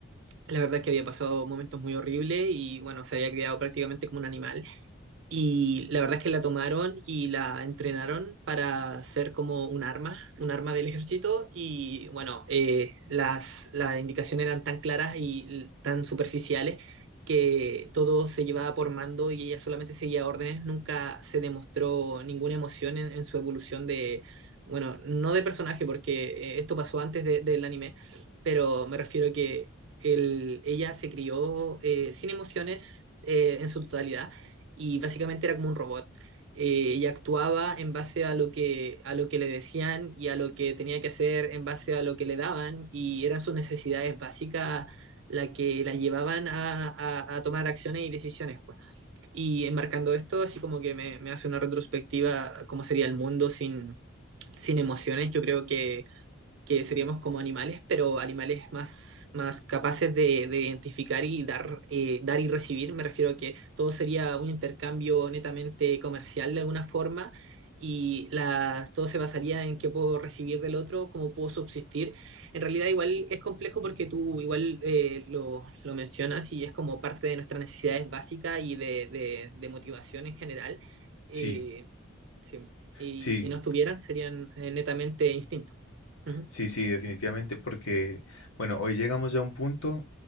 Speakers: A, on the right; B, on the left.
A: la verdad es que había pasado momentos muy horribles y bueno, se había criado prácticamente como un animal. Y la verdad es que la tomaron y la entrenaron para ser como un arma, un arma del ejército. Y bueno, eh, las, las indicaciones eran tan claras y l- tan superficiales que todo se llevaba por mando y ella solamente seguía órdenes. Nunca se demostró ninguna emoción en, en su evolución de, bueno, no de personaje, porque eh, esto pasó antes de- del anime, pero me refiero a que el- ella se crió eh, sin emociones eh, en su totalidad y básicamente era como un robot. Eh, ella actuaba en base a lo que, a lo que le decían y a lo que tenía que hacer en base a lo que le daban y eran sus necesidades básicas las que las llevaban a, a- a tomar acciones y decisiones. pues. Y enmarcando esto, así como que me, me hace una retrospectiva, cómo sería el mundo sin, sin emociones, yo creo que que seríamos como animales, pero animales más, más capaces de, de identificar y dar, eh, dar y recibir. Me refiero a que todo sería un intercambio netamente comercial de alguna forma y la- todo se basaría en qué puedo recibir del otro, cómo puedo subsistir. En realidad igual es complejo porque tú igual eh, lo, lo mencionas y es como parte de nuestras necesidades básicas y de, de- de motivación en general. Eh,
B: Sí,
A: sí. Y
B: sí,
A: si no estuvieran, serían eh, netamente instintos. Ujú.
B: sí, sí, definitivamente, porque, bueno, hoy llegamos ya a un punto